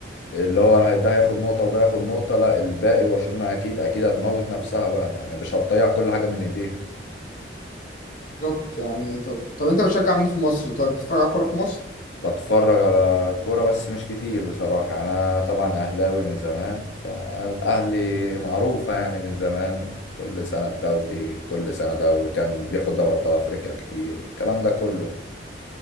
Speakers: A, on the left; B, on the left.
A: اللي هو أنا ده هياخد نقطة وده هياخد نقطة لا الباقي برشلونة أكيد أكيد هتموت نفسها بقى يعني مش هتضيع كل حاجة من إيديها
B: بالظبط يعني طب طب انت بتشجع مين في مصر؟ طيب بتتفرج على كوره في مصر؟
A: بتفرج على كورة بس مش كتير بصراحة يعني أنا طبعا أهلاوي من زمان فالأهلي معروفة يعني من زمان كل سنة الدوري كل سنة دوري كان بياخد دوري أبطال أفريقيا كتير الكلام ده كله